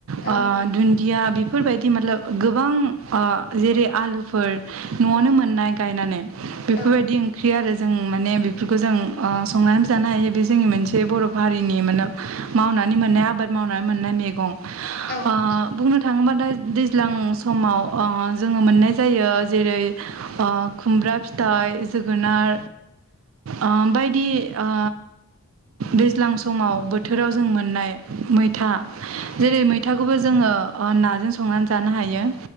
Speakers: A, on the left; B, on the right.
A: औ
B: आ दुन्दिया बेफोरबायदि मालाब गोबां आ जेरै आलुफोर न'आवनो
A: औ
B: मोननाय गायनानै बेफोरबायदि
A: औ
B: ओंख्रि आरो जों माने बेफोरखौ जों ओ संनानै जानो हायो बे जोंनि मोनसे बर' हारिनि माने मावनानै मोननाय आबाद मावनानै मोननाय मैगं
A: औ
B: ओ बुंनो थाङोबा दा दैज्लां समाव ओ जोङो मोननाय जायो जेरै ओ खुमब्रा फि थाइ जोगोनार ओ बायदि ओ दैज्लां समाव बोथोराव जों मोननाय था जेरै
A: उम
B: मैथाखौबो जोङो नाजों संनानै जानो हायो